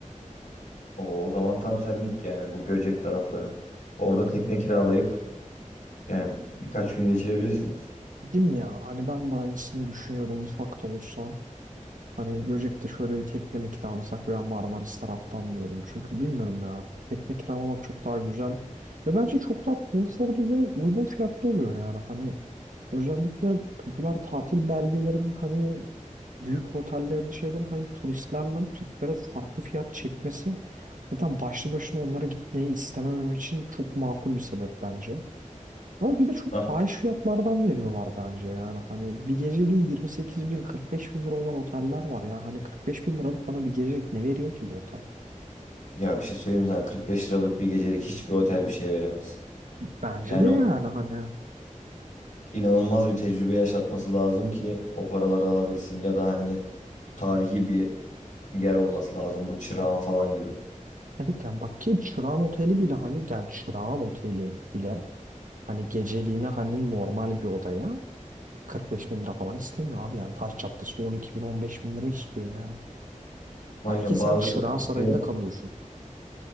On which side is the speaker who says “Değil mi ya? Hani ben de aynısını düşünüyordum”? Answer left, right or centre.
Right